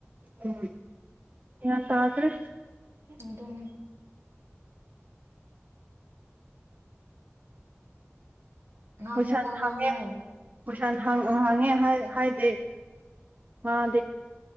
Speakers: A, on the right; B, on the right.
A: ꯎꯝ ꯌꯦ ꯇꯗ꯭ꯔꯦ
B: ꯑꯗꯨ ꯑꯗꯨꯅꯤ ꯉꯥꯡꯉꯣ
A: ꯄꯩꯁꯜ
B: ꯋꯥ ꯉꯥꯡꯉꯣ
A: ꯐꯪꯉꯦ ꯄꯩꯁꯥ ꯍꯥꯡꯉꯦ ꯍꯥꯏꯗꯦ ꯃꯥꯗꯦ